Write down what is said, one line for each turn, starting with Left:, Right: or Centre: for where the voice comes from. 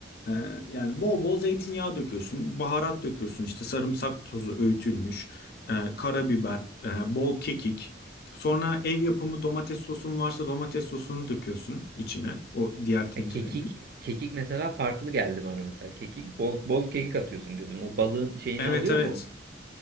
Left: Ee, yani bol bol zeytinyağı döküyorsun, baharat döküyorsun işte sarımsak tozu öğütülmüş, e, karabiber, e, bol kekik. Sonra ev yapımı domates sosun varsa domates sosunu döküyorsun içine o diğer tencerenin.
Right: E, Kekik, kekik mesela farklı geldi bana mesela. Kekik, bol bol kekik atıyorsun dedim. O balığın şeyini
Left: Evet
Right: alıyor
Left: evet.
Right: mu?